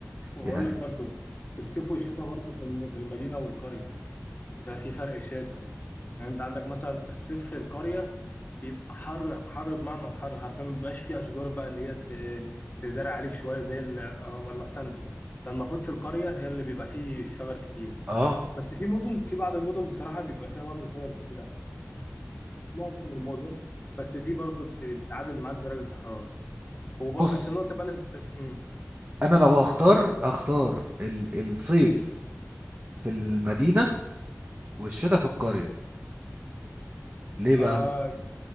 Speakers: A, on the left (about 30°); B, on the right (about 30°).
A: وهقول
B: يعني
A: لك برضو في الصيف والشتاء برضو في الم- في المدينه والقريه بيبقى في فرق شاسع يعني انت عندك مثلا الصيف في القريه بيبقى حر حر بمعنى الحر حرفيا ما بيبقاش فيه اشجار بقى اللي هي ت- تداري عليك شويه زي ال- آه، ولا استنى استنى ده المفروض في القريه هي اللي بيبقى فيه شجر كتير
B: اه
A: بس في مدن في بعض المدن بصراحه بيبقى فيها برضه شجر كتير عشان مش معظم المدن بس دي برضه بت- بتعادل معاك درجه الحراره وب...
B: بص
A: بس النقطه بقى اللي تت... مم.
B: انا لو هختار هختار ال- الصيف في المدينة والشتاء في القرية ليه بقى؟
A: آه